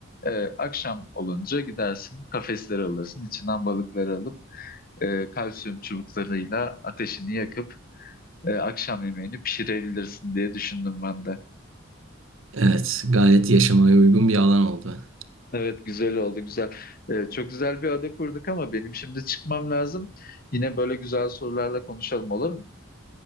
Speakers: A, on the left (about 45°); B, on the right (about 85°).
A: E, akşam olunca gidersin kafesleri alırsın. içinden balıkları alıp e, kalsiyum çubuklarıyla ateşini yakıp e, akşam yemeğini pişirebilirsin diye düşündüm ben de.
B: Evet. Gayet yaşamaya uygun bir alan oldu.
A: Evet güzel oldu güzel. Ee, çok güzel bir ada kurduk ama benim şimdi çıkmam lazım. Yine böyle güzel sorularla konuşalım olur mu?